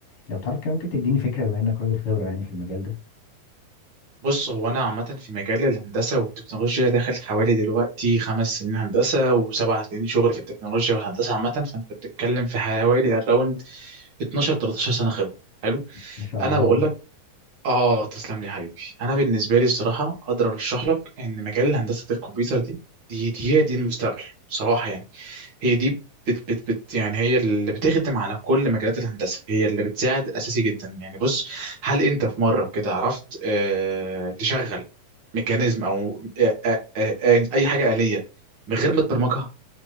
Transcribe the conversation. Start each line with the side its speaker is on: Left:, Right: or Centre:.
Left: لو تعرف كده ممكن تديني فكره بما انك راجل خبره يعني في المجال ده
Right: بص هو انا عامه في مجال الهندسه والتكنولوجيا داخل حوالي دلوقتي خمس سنين هندسه وسبع سنين شغل في التكنولوجيا والهندسه عامه فانت بتتكلم في حوالي اراوند 12 13 سنه خبره حلو
Left: ما شاء
Right: انا
Left: الله
Right: بقول لك اه تسلم لي حبيبي انا بالنسبه لي الصراحه اقدر ارشح لك ان مجال هندسه الكمبيوتر دي دي دي, هي دي المستقبل بصراحه يعني هي دي بت بت بت يعني هي اللي بتخدم على كل مجالات الهندسه هي اللي بتساعد اساسي جدا يعني بص هل انت في مره كده عرفت آه تشغل ميكانيزم او آه آه آه آه، اي حاجه آلية من غير ما تبرمجها